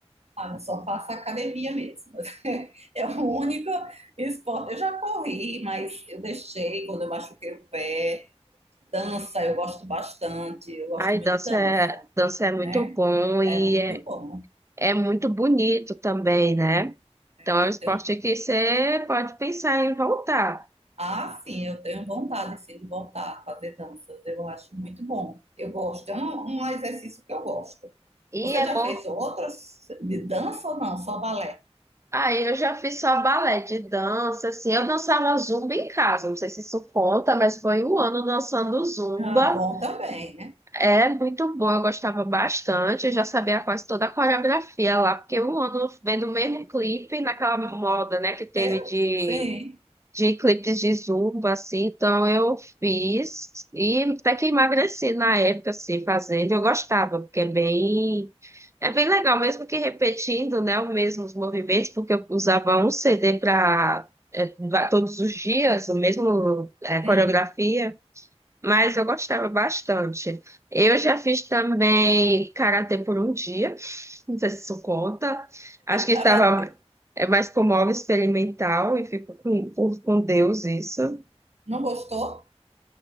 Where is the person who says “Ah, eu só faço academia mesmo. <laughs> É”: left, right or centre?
Right